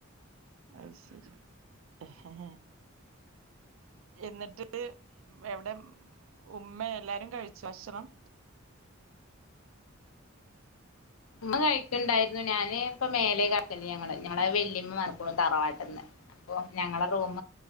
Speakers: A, on the right; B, on the left.
A: അയ് ശരി ഹേ ഹേ എന്നിട്ട് എവിടെ ഉമ്മ എല്ലാരും കഴിചോ ഭക്ഷണം
B: ഉമ്മ കഴിക്കുണ്ടായിരുന്നു ഞാന് ഇപ്പ മേലെ കക്കല്ലേ ഞങ്ങള് ഞങ്ങളെ വല്യമ്മ മറക്കുന്നു തറവാട്ടന്ന് അപ്പ ഞങ്ങള റൂം